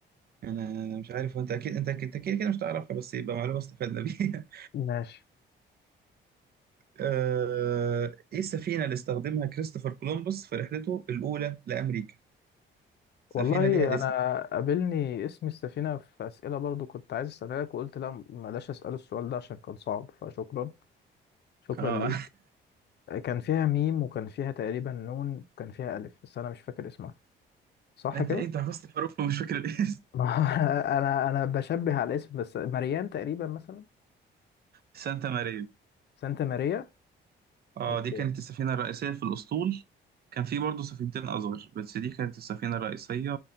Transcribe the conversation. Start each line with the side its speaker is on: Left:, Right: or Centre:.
Right: انا مش عارف هو انت اكيد انت اكيد أنت كده كده مش تعرفها بس يبقى معلومة استفدنا بيها
Left: ماشي
Right: <laughs> آه، ايه السفينة اللي استخدمها كريستوفر كولومبوس في رحلته الأولى لأمريكا سفينة
Left: والله
Right: ليها
Left: انا
Right: اسم
Left: قابلني اسم السفينه في اسئله برضو كنت عايز اسالها لك وقلت لا بلاش اسال السؤال ده عشان كان صعب فشكرا شكرا
Right: اه
Left: ليك كان فيها ميم وكان فيها تقريبا نون وكان فيها ألف بس أنا مش فاكر اسمها صح
Right: <laughs> انت
Left: كده؟
Right: ايه انت حفظت الحروف ومش فاكر الاسم
Left: ما <laughs> أنا أنا بشبه على الاسم بس مريان تقريبا مثلا
Right: سانتا ماريا
Left: سانتا ماريا
Right: اه
Left: أوكي
Right: دي كانت السفينة الرئيسية في الأسطول كان في برضه سفينتين أصغر بس دي كانت السفينة الرئيسية